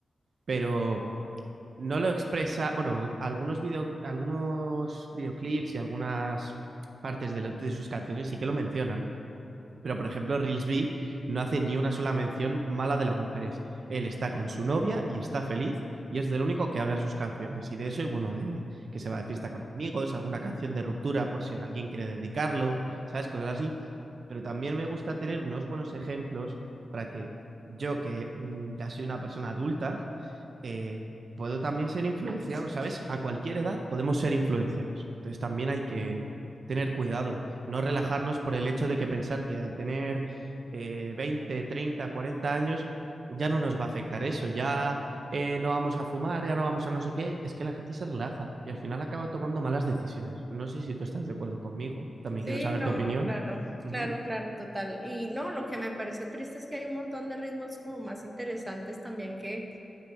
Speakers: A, on the right (about 65°); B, on the right (about 15°).
A: pero no lo expresa, bueno, algunos, video, algunos videoclips y algunas partes de, la- de sus canciones sí que lo mencionan, pero, por ejemplo, Reelsby no hace ni una sola mención mala de las mujeres. Él está con su novia y está feliz y es del único que habla en sus canciones. Y de eso, y bueno, de que se va de fiesta con amigos, alguna canción de ruptura por si alguien quiere dedicarlo, ¿sabes? Cosas así. Pero también me gusta tener unos buenos ejemplos para que yo, que mm, ya soy una persona adulta, <laughs> eh, puedo también ser influenciado, ¿sabes? A cualquier edad podemos ser influenciados. Entonces también hay que tener cuidado no relajarnos por el hecho de que pensar que al tener eh, 20, 30, 40 años ya no nos va a afectar eso, ya eh, no vamos a fumar, ya no vamos a no sé qué, es que la gente se relaja y al final acaba tomando malas decisiones. No sé si tú estás de acuerdo conmigo, también
B: sí,
A: quiero saber
B: no,
A: tu opinión.
B: claro,
A: Ujú,
B: claro, claro, total. Y no, lo que me parece triste es que hay un montón de ritmos como más interesantes también que,